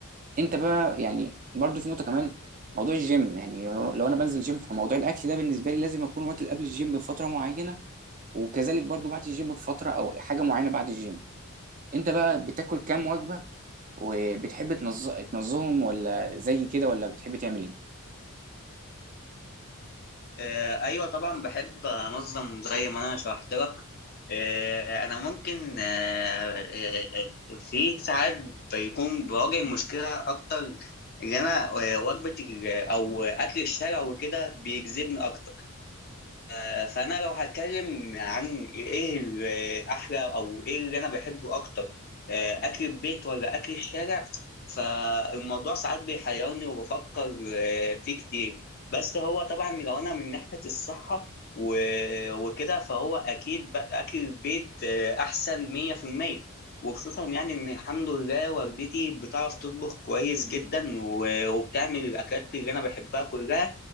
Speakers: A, on the right (about 35°); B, on the left (about 45°).
A: أنت بقى يعني برضو في نقطة كمان موضوع الجيم يعني لو أنا بنزل جيم فموضوع الأكل ده بالنسبة لي لازم أكون واكل قبل الجيم بفترة معينة وكذلك برضو بعد الجيم بفترة أو حاجة معينة بعد الجيم أنت بقى بتاكل كام وجبة وبتحب تنظ- تنظمهم ولا زي كده ولا بتحب تعمل إيه؟
B: إيه، أيوة طبعا بحب أنظم زي ما أنا شرحت لك إيه، أنا ممكن آه، إيه، إيه، في ساعات بيكون بواجه مشكلة أكتر إن أنا آه، وجبة ال- أو أكل الشارع وكده بيجذبني أكتر. آه، فانا لو هتكلم عن ايه ال- احلى او ايه اللي انا بحبه اكتر آه، اكل البيت ولا اكل الشارع فالموضوع ساعات بيحيرني وبفكر آه، فيه كتير بس هو طبعا لو انا من ناحية الصحة و- وكده فهو اكيد ب- اكل البيت آه، احسن 100% وخصوصا يعني ان الحمد لله والدتي بتعرف تطبخ كويس جدا و- وبتعمل الاكلات اللي انا بحبها كلها